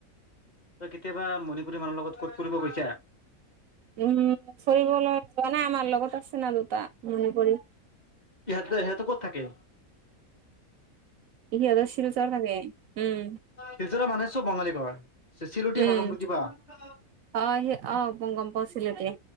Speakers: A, on the left; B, on the right.
A: তই কেতিয়াবা মণিপুৰী মানুহৰ লগত কতো ফুৰিব গৈছা
B: উম ফৰিবলৈ যোৱা নাই আমাৰ লগৰ আছে না দু টা মনিপুৰী
A: ইহঁতে সিহঁতে ক'ত থাকে
B: সিহঁতে শিলচৰত থাকে উম
A: শিলচৰ মানুহে চব বঙালীকৰ চিলোটীয়া
B: উম
A: ভাষা বুজি পোৱা
B: অ স অ প গম পাওঁ চিলটীয়া